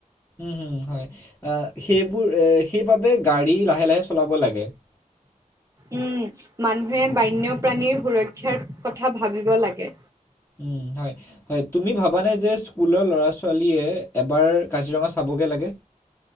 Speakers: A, on the left; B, on the right.
A: উমম হয় সেইবোৰ সেইবাবে গাড়ী লাহে লাহে চলাব লাগে। <inaudible>
B: উম মানুহে বান্যপ্ৰাণীৰ সুৰক্ষাৰ কথা ভাবিব লাগে।
A: উ হয় হয় তুমি ভাবা নে যে স্কুলৰ ল'ৰা ছোৱালী দ এবাৰ কাজিৰঙা চাবগে লাগে?